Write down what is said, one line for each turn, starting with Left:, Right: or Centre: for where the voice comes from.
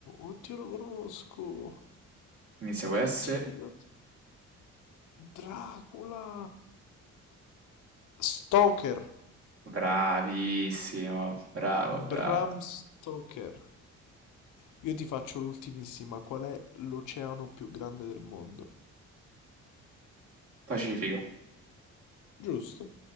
Left: Oddio, lo conosco!
Right: Inizia con S.
Left: Oddio, Dracula! Stoker!
Right: Bravissimo, bravo, bravo.
Left: Bram Stoker. Io ti faccio l'ultimissima. Qual è l'oceano più grande del mondo?
Right: Pacifico.
Left: Giusto?